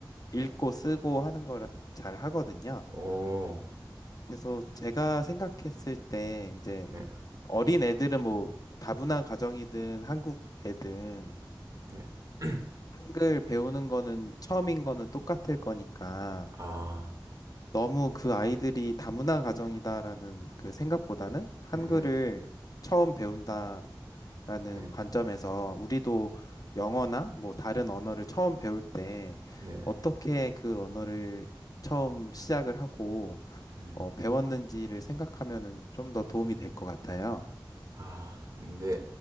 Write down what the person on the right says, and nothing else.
네.
오,
네,
네. <clears throat>
아,
음,
네,
네,
음.
아, 근데